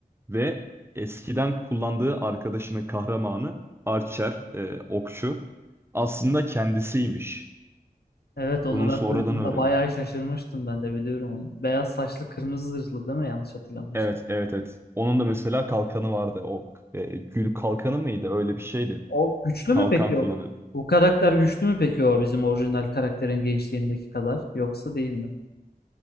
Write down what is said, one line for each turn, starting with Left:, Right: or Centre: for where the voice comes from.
Right: ve eskiden kullandığı arkadaşının kahramanı Archer, e, okçu aslında kendisiymiş.
Left: evet onu
Right: Bunu sonradan
Left: ben duyduğumda
Right: öğreniyor.
Left: bayağı şaşırmıştım ben de biliyorum onu. Beyaz saçlı kırmızı zırhlı değil mi yanlış hatırlamıyorsam.
Right: Evet, evet, evet. Onun da mesela kalkanı vardı. O e, gül kalkanı mıydı? Öyle bir şeydi.
Left: O güçlü
Right: Kalkan
Left: mü peki
Right: kullanıyordu.
Left: o? Bu karakter güçlü mü peki o bizim orijinal karakterin gençliğindeki kadar yoksa değil mi?